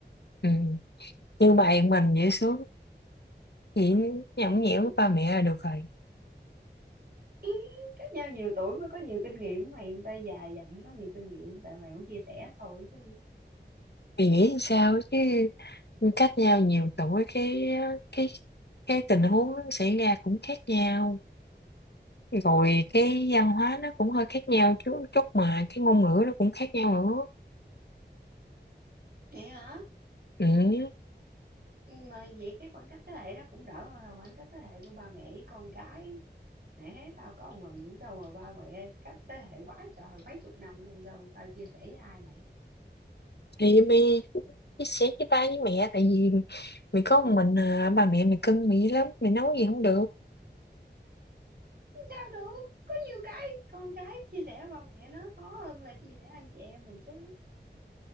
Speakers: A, on the left; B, on the right.
A: ừ. như mày mình dễ sướng vậy nhõng
B: nhưng-
A: nhẽo với ba mẹ là được rồi
B: ý, cách nhau nhiều tuổi mới có nhiều kinh nghiệm mày người ta già dặn có nhiều kinh nghiệm tại mày không chia sẻ thôi chứ.
A: thì nghĩ sao chứ cách nhau nhiều tuổi cái cái cái tình huống nó xảy ra cũng khác nhau rồi cái văn hóa nó cũng hơi khác nhau chút chút mà cái ngôn ngữ nó cũng khác nhau nữa
B: Vậy hả?
A: ừ.
B: Mà vậy cái khoảng cách thế hệ nó cũng đỡ hơn là khoảng cách thế hệ của ba mẹ với con cái Mẹ, tao có một mình xong rồi ba mẹ cách thế hệ quá trời mấy chục năm luôn xong tao chia sẻ với ai mày
A: thì mày chia sẻ với ba với mẹ tại vì mày có một mình à, ba mẹ mày cưng mày lắm mày nấu gì không được
B: sao được có nhiều cái con cái chia sẻ với ba mẹ nó khó hơn là chia sẻ anh chị em mình chứ